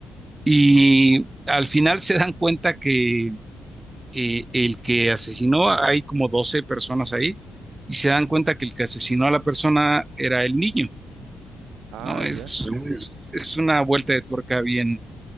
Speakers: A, on the right; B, on the right.
A: Ujú.
B: Y al final se dan cuenta que eh, el que asesinó, hay como 12 personas ahí, y se dan cuenta que el que asesinó a la persona era el niño,
A: Ah,
B: ¿no?
A: ya,
B: Es, Mm. es, una vuelta de tuerca bien